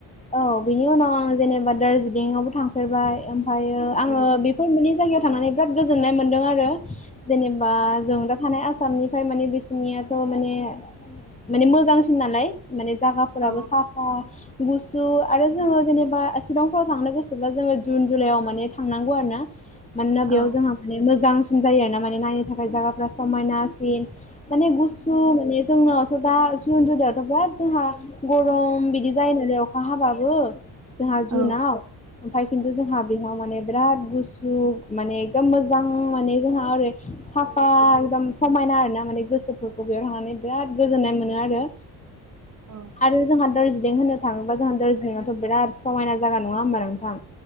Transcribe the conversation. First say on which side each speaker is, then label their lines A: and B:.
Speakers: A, on the left; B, on the right.
A: औ बिनि उनाव आं जेनेबा दार्जिलिंआवबो थांफेरबाय ओमफ्रायो आङो
B: औ
A: बेफोर मोनै जायगायाव थांनानै बिराद गोजोननाय मोनदों आरो जेनेबा जों दा थानाय आसामनिफ्राय माने बिसिनियाथ' माने माने मोजांसिन नालाय। माने जायागाफोराबो
B: औ
A: साफा गुसु सु आरो जोङो जेनेबा शिलंफोराव थांनो गोसोब्ला जोङो जुन जुलाइआव माने थांनांगौ आरो ना। मानोना
B: औ
A: बेयाव जोंहा माने मोजांसिन जायो आर ना माने नायनो थाखाय जायगाफ्रा समायनासिन। माने गुसु मोने जोंना थ' दा जुन जुलाय यावथ बिराद जोंहा गरम बिदि जायो नालाय अखा हाबाबो जोंहा जुनाव
B: औ
A: ओमफाय खिन्थु जोंहा बेयाव माने बिराद गुसु माने एकदम मोजां माने जोंहा ओरै साफा एकदम समायना ना आरोना माने गोसोफोरखौ बेयाव थांनानै बिराद गोजोन्नाय मोनो आरो।
B: औ
A: आरो जोंहा दार्जिलिं होननो थाङोबा जोंहा दार्जिलिंआथ' बिराद समायना जायागा नङा होमबा नोंथां।